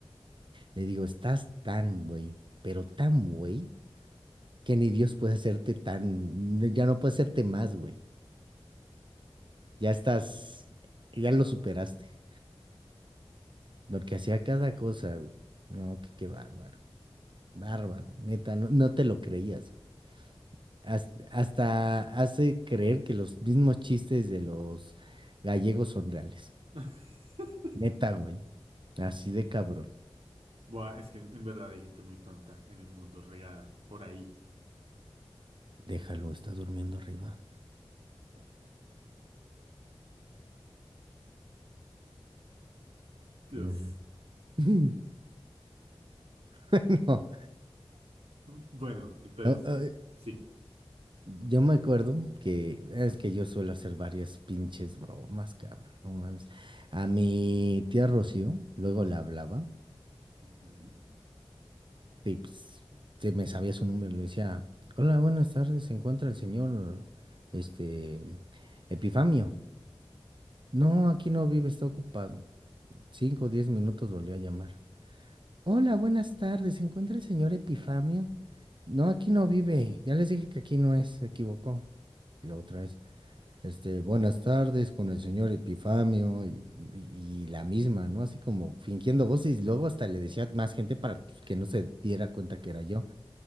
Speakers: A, on the right; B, on the right.
A: le digo, estás tan güey, pero tan güey, que ni Dios puede hacerte tan, no- ya no puede hacerte más güey, ya estás, ya lo superaste, porque hacía cada cosa, güey. No, que qué bárbaro, bárbaro, neta, no, no te lo creías, güey. Has- Hasta hace creer que los mismos chistes de los gallegos son reales.
B: <laughs>
A: Neta, güey. Así de cabrón.
B: Buah, es que en verdad hay gente muy tonta en el mundo, regada, por ahí.
A: Déjalo, está durmiendo arriba.
B: Dios.
A: Ujú. <laughs> Bueno,
B: Bueno, entonces,
A: o- eh,
B: sí.
A: yo me acuerdo que es que yo suelo hacer varias pinches bromas, cabrón. no mames. A mi tía Rocío, luego la hablaba,
B: Ujú.
A: y pues se me sabía su número, le decía, hola, buenas tardes, se encuentra el señor, este, Epifamio. No, aquí no vive, está ocupado. Cinco o diez minutos volvió a llamar. Hola, buenas tardes. ¿Se encuentra el señor Epifamio? No, aquí no vive. Ya les dije que aquí no es, se equivocó. Y la otra vez, este, buenas tardes con el señor Epifamio y, y- y la misma, ¿no? Así como fingiendo voces y luego hasta le decía más gente para pues, que no se diera cuenta que era yo.